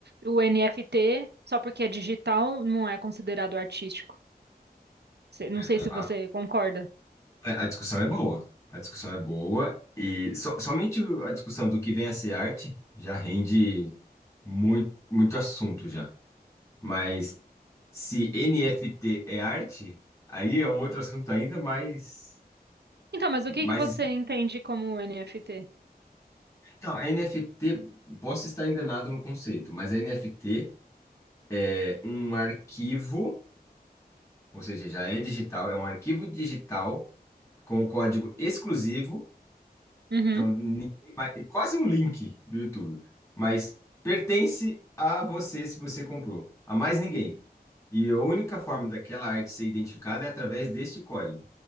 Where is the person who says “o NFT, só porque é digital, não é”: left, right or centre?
Right